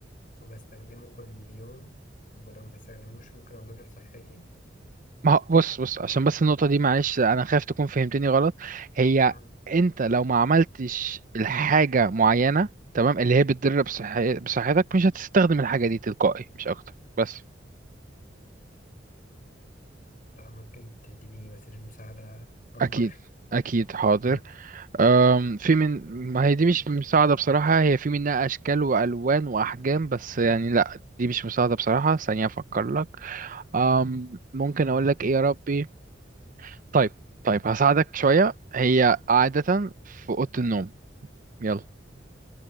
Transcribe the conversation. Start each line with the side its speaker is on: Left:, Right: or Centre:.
Left: وبستخدمه كل يوم ولو ما استخدموش ممكن أضر بصحتي
Right: ما هو- بص بص عشان بس النقطة دي معلش أنا خايف تكون فهمتني غلط هي
Left: مم.
Right: أنت لو ما عملتش الحاجة معينة تمام اللي هي بتضر بصحي... بصحتك مش هتستخدم الحاجة دي تلقائي مش أكتر بس
Left: لا ممكن تديني وسيلة مساعدة أكبر
Right: أكيد أكيد حاضر
Left: مم.
Right: أم في من ما هي دي مش مساعدة بصراحة هي في منها أشكال وألوان وأحجام بس يعني لأ دي مش مساعدة بصراحة ثانية أفكر لك أم ممكن أقول لك إيه يا ربي طيب طيب هساعدك شوية هي عادة في أوضة النوم يلا